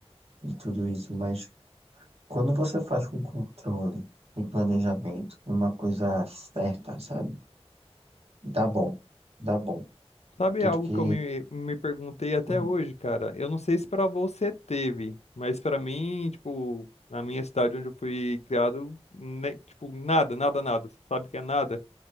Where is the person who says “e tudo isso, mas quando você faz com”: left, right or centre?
Right